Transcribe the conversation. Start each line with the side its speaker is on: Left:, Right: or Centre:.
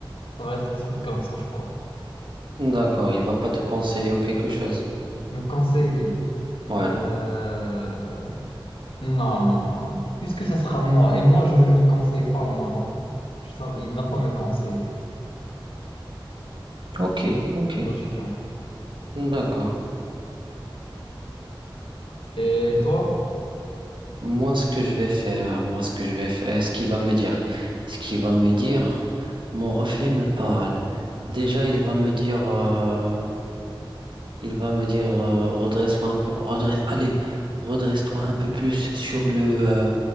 Left: ça va être des trucs comme ça, je crois.
Right: D'accord, il va pas te conseiller ou quelque chose.
Left: Me conseiller.
Right: Ouais.
Left: Euh, Non, non, non, non. Puisque ça sera moi. Et moi, je ne me conseille pas, moi. Donc, ça, va- il ne va pas me conseiller,
Right: Ok, ok.
Left: logiquement.
Right: D'accord.
Left: Et toi?
Right: Moi, ce que je vais faire, moi, ce que je vais faire, ce qu'il va me dire, ce qu'il va me dire, mon reflet me parle. Déjà, il va me dire... euh, Il va me dire euh, redresse-toi un peu, redresse, allez, redresse-toi un peu plus sur le euh,